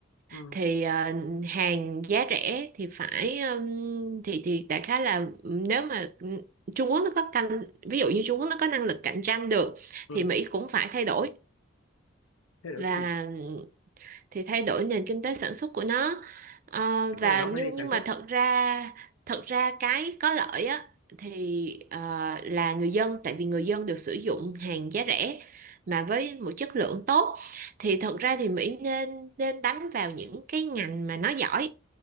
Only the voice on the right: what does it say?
thì ờ, hàng giá rẻ thì phải ừm, thì thì đại khái là nếu mà Trung Quốc nó có canh ví dụ như Trung Quốc nó có năng lực cạnh tranh được
thì Mỹ cũng phải thay đổi
và
thì thay đổi nền kinh tế sản xuất của nó Ờ,
và
nhưng
nhưng
mà thật ra thật ra cái có lợi á thì ờ, là người dân tại vì người dân được sử dụng hàng giá rẻ mà với một chất lượng tốt thì thật ra thì Mỹ nên nên đánh vào những cái ngành mà nó giỏi